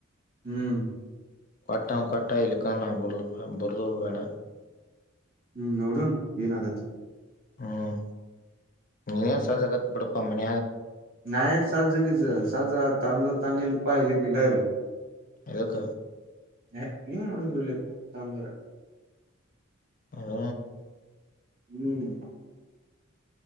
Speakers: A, on the right; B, on the left.
A: ಹ್ಮ್
B: ಕೊಟ್ಟಾ ಕೊಟ್ಟ ಇಲ್ಲಿಕ್ಕ ನಾ ಬರ ಬರದ ಬೇಡ
A: ಹ್ಮ್ ನೋಡಣ ಏನ ಆಗತ್
B: ಹ್ಮ್ ನೀನು ಸಜ ಕತ್ ಬಿಡಪ ಮನ
A: ನಾಯನ್ ಸಜಜಗ ಸಜಾ ತಂದ ತಾನೆ ಇಲ್ಲಿ ಪ ಇಲ್ಲಕ್ಕಿಲ್ಲ ಇಲ್ಲ
B: ಏಕ
A: ಹ ಏನ್ ಮುಡಿದಲ್ಲಪ್ಪ ತಂದರ
B: ಹಾ
A: ಹ್ಮ್